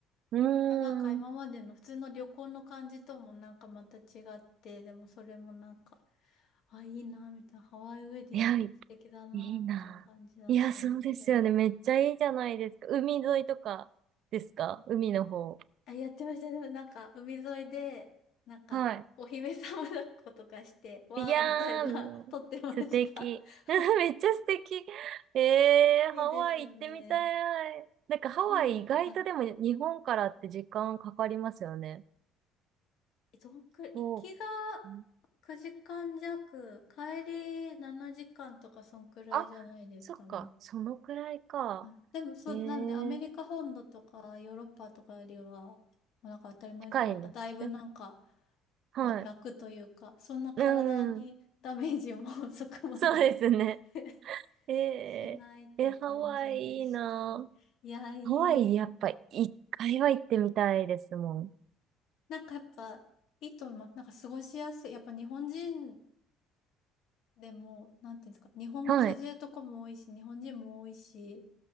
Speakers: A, on the right; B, on the left.
A: うーん。
B: まあ、なんか今までの普通の旅行の感じともなんかまた違って、でもそれもなんか、あ、いいな、みたいな、ハワイウェディング素敵だなっていう感じだったんですけど、
A: いや、いいいな。いや、そうですよね。めっちゃいいじゃないですか。海沿いとかですか海の方。
B: あ、やってましたね。でもなんか、海沿いで、なんか、
A: は
B: お姫様抱っことかして、わーみたいな、
A: い。いやー、もう素敵。
B: <laughs> 撮ってました。<laughs>
A: <laughs> めっちゃ素敵。ええハワイ行ってみたい。
B: いいですよね。
A: なんかハワイ意外とでも日本からって時間かかりますよね。
B: なんか、はいえどんくらい、
A: そ
B: 行きが
A: う。
B: 9時間弱、帰り7時間とか、そんくらいじゃないですかね。
A: あ、そっか、そのくらいか。
B: はいでも、そう、
A: ええ
B: なんで、アメリカ本土とか、ヨーロッパとかよりは、まあなんか当たり前ですけど、
A: 近いんですね。
B: なんかだいぶなんか、
A: はい。
B: ら、楽というか、そんな体にダメージも
A: うん、
B: <laughs> そこまで
A: そうですね。
B: <laughs>
A: えええ、
B: しないって感じでしたね。
A: ハワイいいな
B: いや、い
A: ハワイやっぱ一回は行ってみたいですもん。
B: い。なんかやっぱ、いいと思います。なんか過ごしやすい。やっぱ日本人でも、なんていうんですか、日本語通じるとこも多いし、
A: はい。
B: 日本人も多いし、